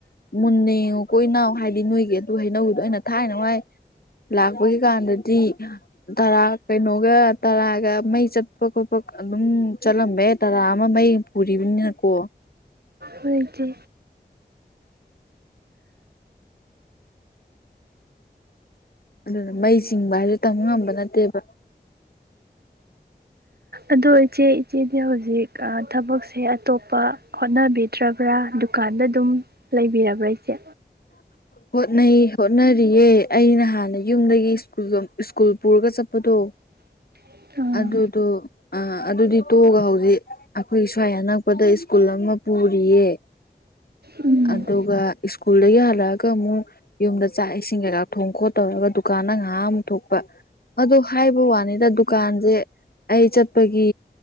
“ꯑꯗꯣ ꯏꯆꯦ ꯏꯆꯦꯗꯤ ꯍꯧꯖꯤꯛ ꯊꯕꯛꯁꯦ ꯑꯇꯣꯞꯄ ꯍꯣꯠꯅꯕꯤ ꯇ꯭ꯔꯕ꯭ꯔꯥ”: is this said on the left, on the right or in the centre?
Right